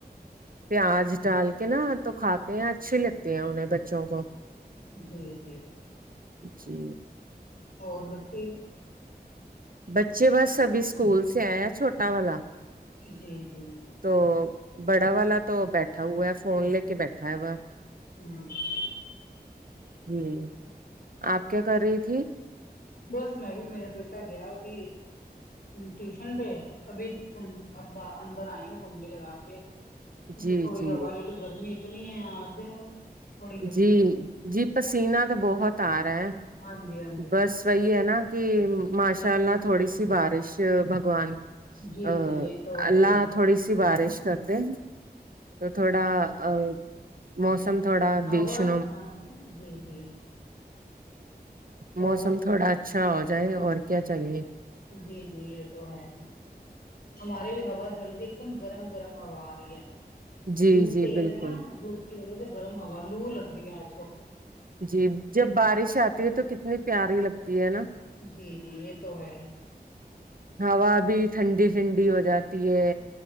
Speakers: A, on the right (about 60°); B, on the left (about 60°).
A: پیاز ڈال کے نا تو کھاتے ہیں اچھی لگتی ہے انہیں بچوں کو
B: جی جی
A: جی
B: اور بچے
A: بچے بس سبھی اسکول سے آئے ہیں چھوٹا والا
B: جی جی
A: تو بڑا والا تو بیٹھا ہوا ہے فون لے کے بیٹھا ہے وہا
B: ہ
A: ہمم آپ کیا کر رہی تھی
B: بس میں بھی میرا بیٹا گیا وہ بھی ٹیوشن پے ابھی کنڑ اب اندر آئی ہوں کنڈی لگا کے میں
A: جی
B: تو تھوڑی
A: جی
B: ہوا لے لو گرمی اتنی ہے آج تھوڑی گرمی
A: جی جی پسیین تو بہت آ رہا ہے
B: ہاں جی ہاں جی
A: بس وہی ہے نا کی ماشاء اللہ تھوڑی سی بارش بگوان
B: جی
A: آ
B: جی یہ تو ہے
A: اللہ
B: ہی
A: تھوڑی سی بارش کر دے تو تھوڑا آ موسم تھوڑا
B: ہوا
A: بیشنم
B: ہاں جی جی
A: موسم
B: اور
A: تھوڑا اچھا ہو جائے اور کیا چاہے
B: جی جی یے تو ہے ہمارے بھی ہوا چل رہی ہے ایک دم گرم گرم ہوا آ رہی ہے
A: جی
B: دھوپ
A: جی
B: تیز
A: بالکل
B: ہے نا دھوپ کی وجہ سے گرم ہوا لو لگ رہی ہے اج تو
A: جی جب بارش آتی ہے تو کتنی پیاری لگتی ہے نا
B: جی جی یہ تو ہے ہی
A: ہوا بھی ٹھنڈی ٹھنڈی ہو جاتی ہے